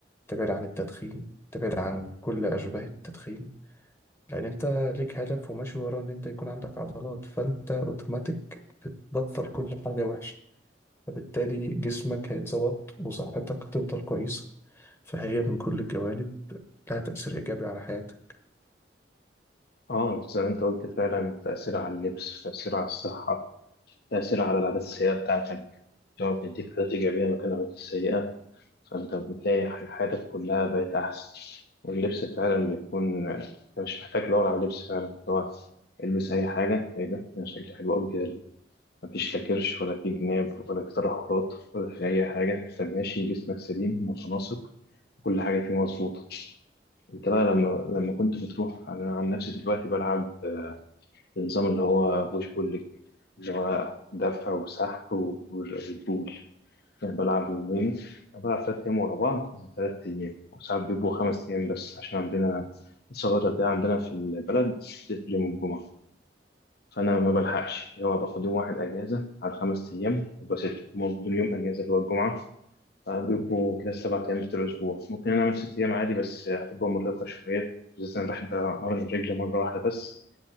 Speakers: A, on the left; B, on the left.
A: تبعد عن التدخين تبعد عن كل اشباه التدخين لان انت ليك هدف وماشي وراه ان انت يكون عندك عضلات فانت اوتوماتيك بتبطل كل حاجه وحشه فبالتالي جسمك هيتظبط وصحتك هتفضل كويسة فهي من كل الجوانب لها تأثير إيجابي على حياتك
B: اه زي ما انت قلت فعلا تأثير على اللبس تأثير على الصحة تأثير على العادات السيئة بتاعتك لو بيديك عادات إيجابية مكان العادات السيئة فأنت بتلاقي حياتك كلها بقت أحسن واللبس فعلا بيكون أنت مش محتاج تدور على لبس فعلا هو البس أي حاجة إيه ده أنا شكلي حلو أوي كده مفيش لا كرش ولا في جناب ولا في تدهورات ولا في أي حاجة أنت ماشي جسمك سليم متناسق كل حاجة فيه مظبوطة أنت بقى لما لما كنت بتروح أنا عن نفسي دلوقتي بلعب آه، النظام اللي هو بوش بول ليج اللي هو دفع وسحب و- والبول أنا بلعب يومين أنا بلعب تلات أيام ورا بعض تلات أيام وساعات بيبقوا خمس أيام بس عشان عندنا الثغرة دي عندنا في البلد بتقفل يوم الجمعة. فانا ما بلحقش اللي هو باخد يوم واحد اجازه على خمس ايام يبقى سته هما بدون يوم اجازه اللي هو الجمعه فبيبقوا كده سبع ايام في الاسبوع ممكن انا اعمل ست ايام عادي بس هتبقى مرهقه شويه بالذات انا بحب امرن الرجل مره واحده بس